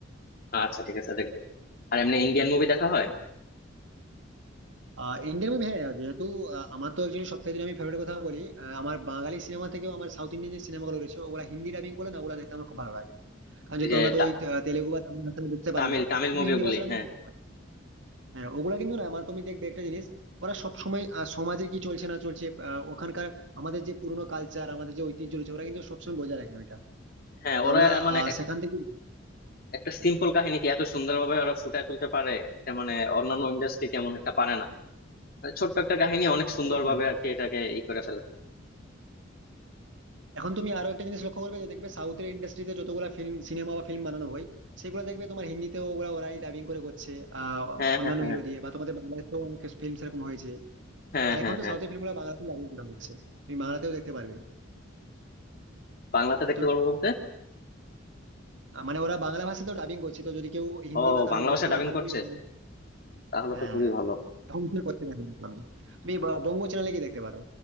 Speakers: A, on the left; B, on the right.
A: আচ্ছা ঠিক আছে দেখবো আর এমনি ইন্ডিয়ান মুভি দেখা হয়
B: আহ ইন্ডিয়ান মুভি হ্যাঁ যেহেতু আহ, আমার তো একচুয়ালি সব থেকে যদি আমি ফেভারিট কথা বলি আহ, আমার বাঙালি সিনেমা থেকেও আমার সাউথ ইন্ডিয়ান যে সিনেমাগুলো রয়েছে ওগুলা হিন্দি ডাবিং করে না ওগুলা দেখতে আমার খুব ভালো লাগে কারণ যেহেতু
A: এই যে
B: আমরা তো
A: তা-
B: ওই আহ, তেলেগু বা তামিল ভাষা বুঝতে
A: তামিল
B: পারি না
A: তামিল
B: কিন্তু
A: মুভিগুলি
B: হিন্দি ভাষা আমি
A: হ্যাঁ
B: বুঝতে পারি হ্যাঁ ওগুলা কিন্তু না আমার তুমি দেখবে একটা জিনিস ওরা সবসময় আহ, সমাজে কি চলছে না চলছে আহ, ওখানকার আমাদের যে পুরনো কালচার আমাদের যে ঐতিহ্য রয়েছে ওরা কিন্তু সবসময় বজায় রাখে ওইটা
A: হ্যাঁ
B: তো
A: ওরা
B: আমরা
A: মানে
B: আহ
A: এক-
B: সেখান থেকে
A: একটা সিম্পল কাহিনীকে এত সুন্দরভাবে ওরা ফুটায় তুলতে পারে এটা মানে অন্যান্য ইন্ডাস্ট্রি তেমন একটা পারে না মানে ছোট্ট একটা কাহিনী অনেক সুন্দরভাবে
B: অবশ্যই
A: আর কি এটাকে ই করে ফেলে
B: এখন তুমি আরো একটা জিনিস লক্ষ্য করবে যে দেখবে সাউথের ইন্ডাস্ট্রিতে যতগুলো ফিল্ম সিনেমা বা ফিল্ম বানানো হয় সেগুলো দেখবে তোমার হিন্দিতেও ওগুলা ওরাই ডাবিং করে করছে আহ
A: হ্যাঁ
B: অন্যান্য
A: হ্যাঁ হ্যাঁ
B: হিরো দিয়ে বা তোমাদের বাংলাদেশেও অনেক ফিল্ম সেরকম হয়েছে
A: হ্যাঁ
B: আর
A: হ্যাঁ
B: এখন তো
A: হ্যাঁ হ্যাঁ।
B: সাউথের ফিল্মগুলো বাংলাতেও ডাবিং করা হচ্ছে তুমি বাংলাতেও দেখতে পারবে
A: বাংলাতে
B: আর
A: দেখতে
B: তুমি
A: পারবো বলতে
B: আহ, মানে ওরা বাংলা ভাষাতেও ডাবিং করছে তো যদি কেউ হিন্দি
A: ও
B: বা তামিল
A: বাংলা
B: বুঝতে
A: ভাষা ডাবিং
B: না পারে
A: করছে
B: তুমি বাংলা-
A: তাহলে
B: হ্যাঁ
A: তো খুবই ভালো
B: এখন কি করতে পারবে না তুমি তুমি ব- বঙ্গ চ্যানেলে গিয়ে দেখতে পারো